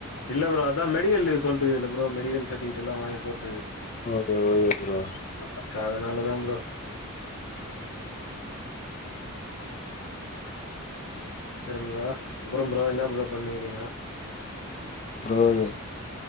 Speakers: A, on the left; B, on the left.
A: இல்ல ப்ரோ அதா மெடிக்கல் லீவ் சொல்ட்டுக்குதுல ப்ரோ மெடிக்கல் சர்ட்டிபிகேட் எல்லா வாங்கி போட்
B: ஓகே ஓகே ப்ரோ
A: <unintelligible> சோ அதனாள தா ப்ரோ தெரியும்ங்ளா அப்பற ப்ரோ என்ன ப்ரோ பண்ணுகிறீங்க
B: ப்ரோ இது